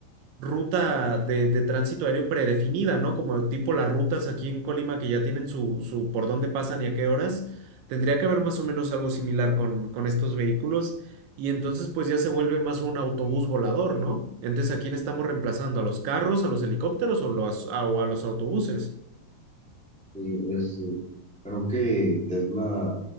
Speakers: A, on the right (about 80°); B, in the centre.
A: ruta de, de tránsito aéreo predefinida, ¿no? Como tipo las rutas aquí en Colima que ya tienen su, su por dónde pasan y a qué horas. Tendría que haber más o menos algo similar con, con estos vehículos. Y entonces pues ya se vuelve más un autobús volador, ¿no? Entonces, ¿a quién estamos reemplazando? ¿A los carros, a los helicópteros o, los, a- o a los autobuses?
B: Y es, eh, creo que Tesla